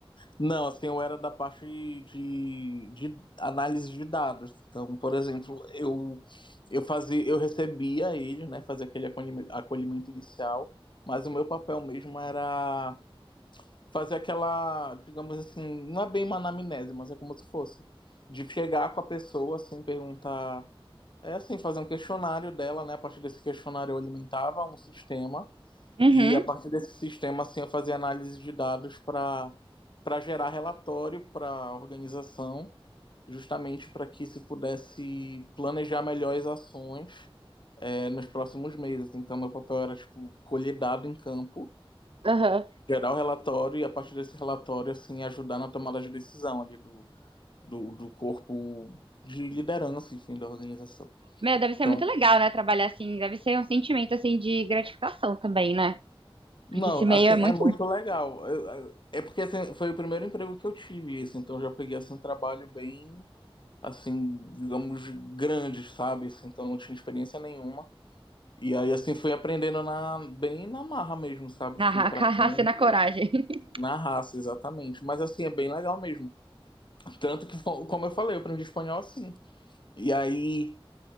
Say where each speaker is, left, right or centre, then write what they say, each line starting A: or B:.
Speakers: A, on the left (about 55°); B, on the right (about 65°).
A: Não, assim, eu era da parte de, de análise de dados. Então, por exemplo, eu eu fazia, eu recebia eles, né, fazia aquele acolhime- acolhimento inicial, mas o meu papel mesmo era fazer aquela, digamos assim, não é bem uma anamnese, mas é como se fosse de chegar com a pessoa, assim, perguntar, é assim, fazer um questionário dela, né? A partir desse questionário eu alimentava um sistema
B: Uhum,
A: e a partir desse sistema, assim, eu fazia análise de dados para para gerar relatório para a organização, justamente para que se pudesse planejar melhor as ações é, nos próximos meses. Então, meu papel era tipo colher dado em campo
B: aham.
A: gerar o relatório e a partir desse relatório, assim, ajudar na tomada de decisão ali do, do, do corpo de liderança, enfim, da organização.
B: Meu, deve ser
A: Então,
B: muito legal, né? Trabalhar assim, deve ser um sentimento assim de gratificação também, né?
A: não,
B: Porque esse meio
A: assim,
B: é
A: é
B: muito
A: muito legal. Eu- eu- É porque assim, foi o primeiro emprego que eu tive, isso, então eu já peguei assim um trabalho bem, assim, digamos, grande, sabe? Assim, então eu não tinha experiência nenhuma. E aí assim fui aprendendo na bem na marra mesmo, sabe?
B: na
A: Fui
B: ra-
A: pra
B: <laughs> carraça
A: campo,
B: e na coragem. <laughs>
A: na raça, exatamente. Mas assim é bem legal mesmo. Tanto que <laughs> como eu falei, eu aprendi espanhol assim. E aí,